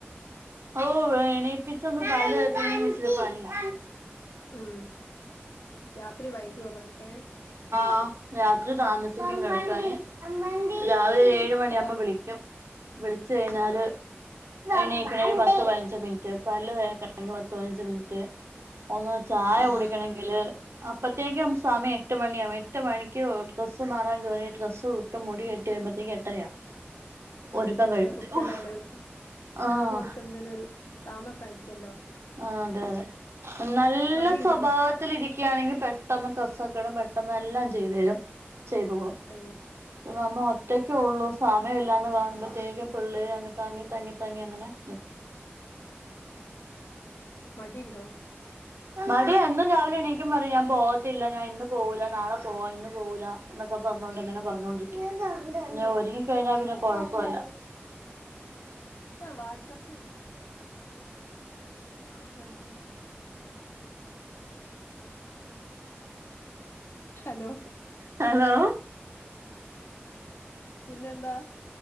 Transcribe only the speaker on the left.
ഉം രാത്രി വൈകോ കിടക്കാന്
അതാ
ആഹ്
ആഹ്
ആഹ
ചെറിയ
കുട്ടികളല്ലേവർക്ക്
ഓല്ക്ക് ന്തി നൊരു താമസായിരിക്കല്ലോ
മടിണ്ടോ
ഏഹ്
<unintelligible> മടിണ്ടോ
ആഹ്
ആ വാട്സ അപ്പിൽ ന്റെ ഫ്രണ്ടിനോട് ഹലോ
പിന്നെന്താ